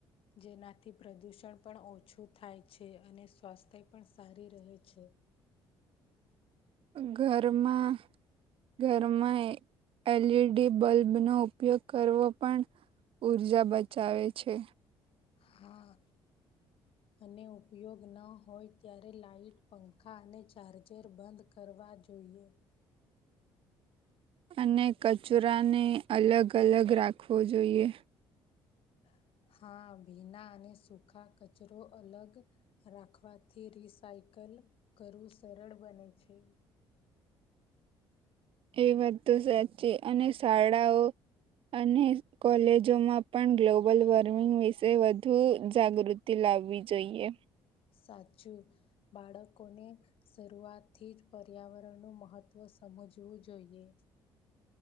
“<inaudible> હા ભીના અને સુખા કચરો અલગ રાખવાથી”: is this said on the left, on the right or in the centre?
Left